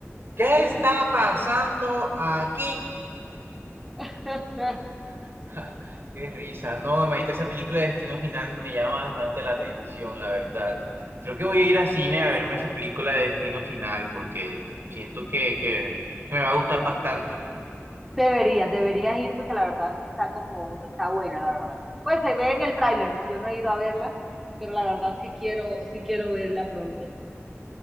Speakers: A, on the right; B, in the centre.
A: ¿qué está pasando aquí?
B: <laughs>
A: <laughs> Ja, Qué risa, no, imagínate, esa película de Destino Final me llama bastante la atención, la verdad. Creo que voy a ir a cine a verme esa película de Destino Final porque siento que, que, que me va a gustar bastante.
B: Deberías, deberías ir porque la verdad sí está como, está buena, la verdad. Pues se ve en el tráiler, ¿no? Yo no he ido a verla, pero la verdad sí quiero, sí quiero verla pronto.